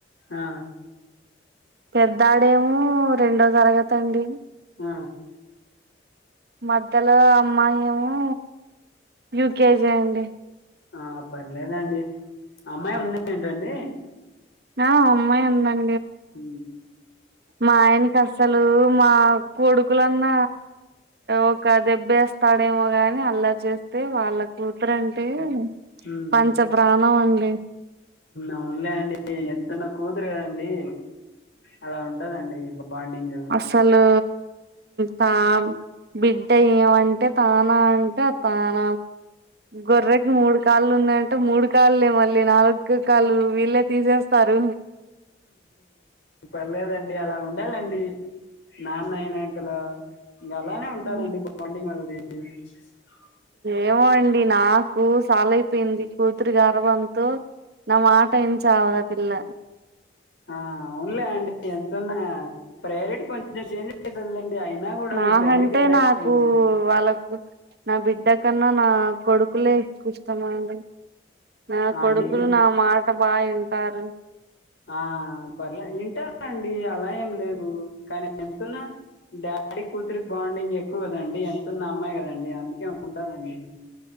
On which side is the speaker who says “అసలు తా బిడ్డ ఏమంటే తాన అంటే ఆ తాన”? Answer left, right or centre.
Right